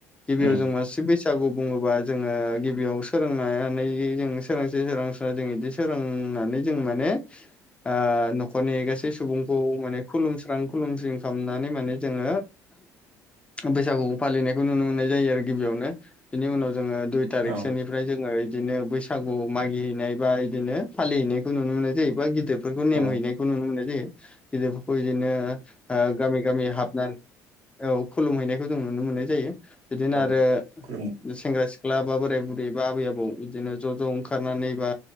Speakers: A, on the left; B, on the right.
A: गिबियाव
B: उम
A: जों मानसि बैसागु बुङोबा जोङो गिबियाव सोलोंनानै जों सोरांसै सोरस्रा जों बिदि सोरां ओम होननानै जों माने ओ नखरनि गासै सुबुंखौ माने खुलुमस्रां खुलुमस्रि खालामनानै माने जोङो बैसागुखौ फालिनायखौ नुनो मोननाय जायो आरोखि गिबियावनो बिनि उनाव जोङो दुइ थारिखसोनिफ्राय
B: औ
A: जोङो इदिनो बैसागु मागिहैनाय बा बिदिनो फालिहैनायखौ नुनो मोनो जाहैबा ग गिदिरफोरखौ नेम
B: औ
A: हैनायखौ नुनो मोननाय जायो गिदिर खौ इदिनो ओ गामि - गामि हाबनानै औ खुलुम हैैनायखौ जों नुनो मोननाय जायो बिदिनो
B: औ
A: आरो
B: खुलुम
A: सेंग्रा सिख्ला बा बोराय बुरै बा आबै आबौ इदिनो ज ज ओंखारनानै बा